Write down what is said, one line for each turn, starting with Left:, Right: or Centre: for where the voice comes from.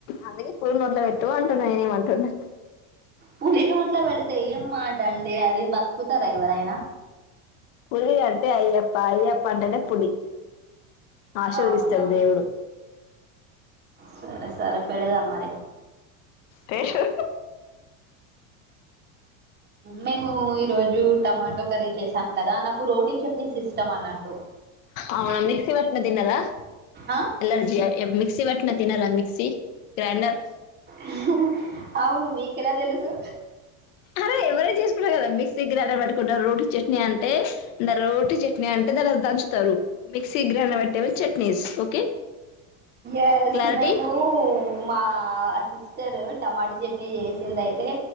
Left: అందుకే పులి నోట్లో పెట్టు అంటున్నా నేనేమంటున్నా
Right: పులి నోటిలో పెడితే ఏం మాట అండి అది బతుకుతారా ఎవరైనా.
Left: పులి అంటే అయ్యప్ప అయ్యప్పంటనే పులి. ఆశీర్వదిస్తాడు
Right: అవునా
Left: దేవుడు
Right: సరే సరే పెడదాం మరి.
Left: రేషన్.
Right: మేము ఈ రోజు టమాటో కర్రీ చేసాం కదా నాకు రోటీ చట్నీస్ ఇష్టం అన్నట్టు.
Left: అవునా మిక్స్ పట్టినది తిన్నాదా
Right: ఆ
Left: ఎలర్జీ ఆహ్ మిక్స్. మీక్స్ పట్టినవి తిన్నదా మిక్సి గ్రైండర్.
Right: ఆహ్ అవును మీకేల తెలుసు.
Left: అరే. ఎవరేన చేసుకుంటారు కదా మిక్సీ గ్రైండర్ పట్టుకుంటారు రోటీ చట్నీ అంటే రోటీ చట్నీ అంటే దానీలో దంచు. తరు మిక్సీ గ్రైండర్లో పట్టేవి చట్నీస్ ఓకే.
Right: ఎస్
Left: క్లారిటీ
Right: నేను. మా సిస్టర్ టమాటా చట్నీ చేసింది అయితే